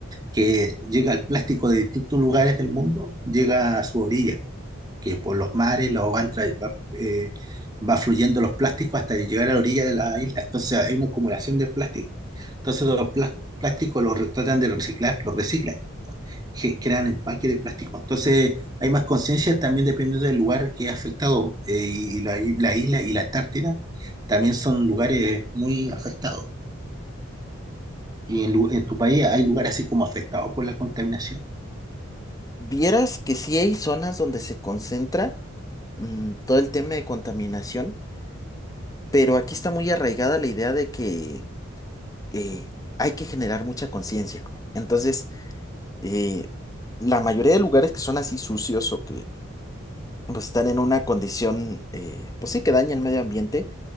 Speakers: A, on the right; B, on the left.
A: que llega el plástico de distintos lugares del mundo, llega a su orilla, que por los mares lo van tra- va, eh, va fluyendo los plásticos hasta llegar a la orilla de la isla. Entonces hay una acumulación de plástico. Entonces los plas- plásticos los tratan de reciclar, los reciclan que crean empaque de plástico. Entonces, hay más conciencia también dependiendo del lugar que ha afectado. eh, y la, i- la isla y la Antártida también son lugares muy afectados. ¿Y en, lu- en tu país hay lugares así como afectados por la contaminación?
B: Vieras que sí hay zonas donde se concentra mm, todo el tema de contaminación, pero aquí está muy arraigada la idea de que eh, hay que generar mucha conciencia. Entonces, eh, la mayoría de lugares que son así sucios o que pues están en una condición, eh, pues sí, que daña el medio ambiente,